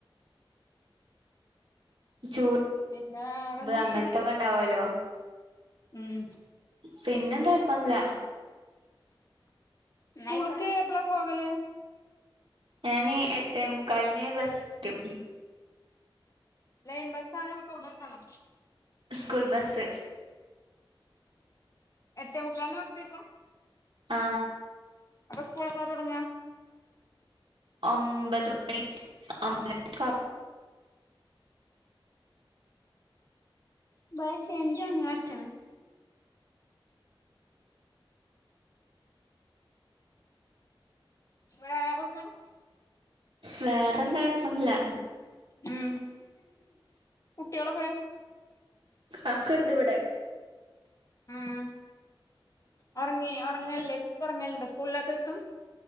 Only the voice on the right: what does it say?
ജോ
അങ്ങനത്തൊക്കെ ഉണ്ടാവല്ലോ
പിന്നെന്താ ഇപ്പന്നില്ല
ഞാന് എട്ടേ മുക്കാലന് ബസ്രും
സ്കൂൾ ബസ്
ആ
ഒമ്പത് മണി അമ്പക്ക
വേറെന്തായ ശണല
അക്ക ഇണ്ട് ഇവിടെ